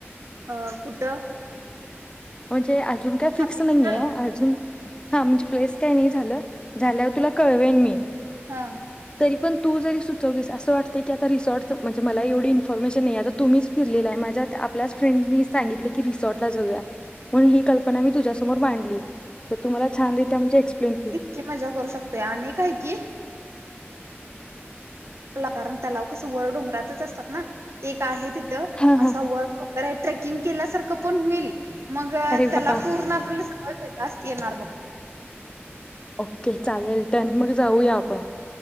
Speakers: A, on the right; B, on the left.
A: अ कुठं?
B: म्हणजे अजून काय
A: धार्मिक
B: फिक्स नाहीये
A: स्थळ
B: अजून हा म्हणजे प्लेस काय नाही झालं झाल्यावर तुला कळवेन मी.
A: हा.
B: तरी पण तू जरी सुचवलीस असं वाटतय की आता रिसॉर्टच म्हणजे मला एवढ इनफर्मेशन नाही हे आ तुम्हीच फिरलेल आहे माझ्या आपल्याच फ्रेंडनी सांगितलं की रिसॉर्ट ला जाऊया. म्हणून ही कल्पना मी तुझ्यासमोर मांडली तर तुम्हाला छानरित्या म्हणजे एक्सप्लेन केली.
A: की मजा करू शकतोय आणि काय की कारण तलाव कसं वर डोंगरातच असतात ना एक आहे तिथं
B: हा हा
A: असा वर रे ट्रेकिंग केल्यासारखं पण होईल मग
B: अरे
A: त्याला
B: वा
A: पूर्ण आप <unintelligible> येणार बग.
B: ओके चालेल डन मग जाऊया आपण.